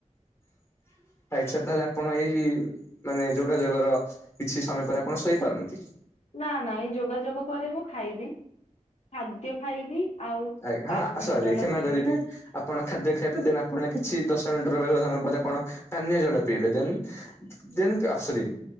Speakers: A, on the left; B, on the left.
A: <inaudible> ଆଇଛା ତାହେଲେ ଆପଣ ଏଇ, ମାନେ ଯୋଗାଯୋଗର କିଛି ସମୟ ପରେ ଆପଣ ଶୋଇପାରନ୍ତି।
B: ନା ନାଇ ଏଇ ଯୋଗାଯୋଗ ପରେ ମୁଁ ଖାଇବି। ଖାଦ୍ୟ ଖାଇବି। ଆଉ
A: ଆଜ୍ଞା
B: ପାନୀୟ
A: ହଁ ସରି,
B: ଜଳ
A: କ୍ଷମା
B: ପିଇବି
A: କରିବେ। ଆପଣ ଖାଦ୍ୟ ଖାଇବେ ଦେନ୍ ଆପଣ କିଛି ଦଶ ମିନିଟର ବ୍ୟବଧାନ ପରେ, ଆପଣ ପାନୀୟ ଜଳ ପିଇବେ। ଦେନ୍ ଯେମିତି ଅପସରି।